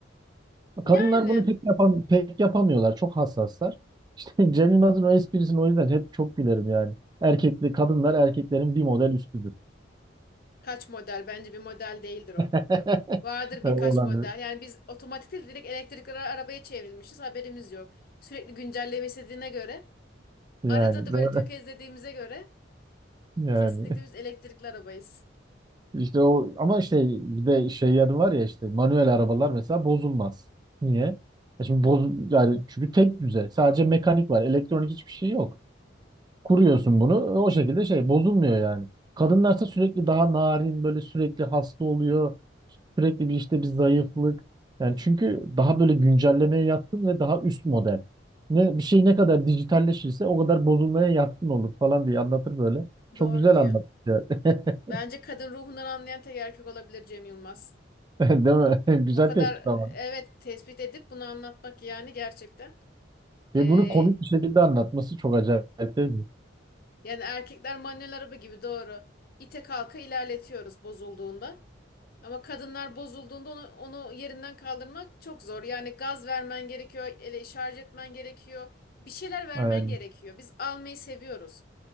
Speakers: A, on the left; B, on the right.
A: Yani
B: Kadınlar bunu pek yapam pek yapamıyorlar. Çok hassaslar. İşte <laughs> Cem Yılmaz'ın o esprisini o yüzden hep çok gülerim yani. Erkekli kadınlar erkeklerin bir model üstüdür.
A: kaç model bence bir model değildir o.
B: <laughs>
A: Vardır birkaç
B: Olan
A: model. Yani biz otomatik değil direkt elektrikli ara- arabaya çevrilmişiz haberimiz yok. Sürekli güncelleme istediğine göre
B: yani.
A: arada da
B: <laughs>
A: böyle tökezlediğimize göre
B: Yani.
A: kesinlikle biz elektrikli arabayız.
B: İşte o ama işte bir de şey yanı var ya işte manuel arabalar mesela bozulmaz. Niye? Ya şimdi boz yani çünkü tek düze. Sadece mekanik var. Elektronik hiçbir şey yok. Kuruyorsun bunu o şekilde şey bozulmuyor yani. Kadınlarsa sürekli daha narin böyle sürekli hasta oluyor. Sürekli bir işte bir zayıflık. Yani çünkü daha böyle güncellemeye yatkın ve daha üst model. Ne, bir şey ne kadar dijitalleşirse o kadar bozulmaya yatkın olur falan diye anlatır böyle. Çok
A: Doğru
B: güzel
A: diyor.
B: anlatır. yani. <laughs>
A: Bence kadın ruhundan anlayan tek erkek olabilir Cem Yılmaz.
B: <laughs> Değil mi? <laughs> Güzel
A: O kadar
B: tespit ama.
A: evet tespit edip bunu anlatmak yani gerçekten.
B: Ve
A: Ee,
B: bunu komik bir şekilde anlatması çok acayip değil mi?
A: Yani erkekler manuel araba gibi doğru. İte kalka ilerletiyoruz bozulduğunda. Ama kadınlar bozulduğunda onu, onu yerinden kaldırmak çok zor. Yani gaz vermen gerekiyor, ele şarj etmen gerekiyor. Bir şeyler vermen
B: Aynen.
A: gerekiyor. Biz almayı seviyoruz.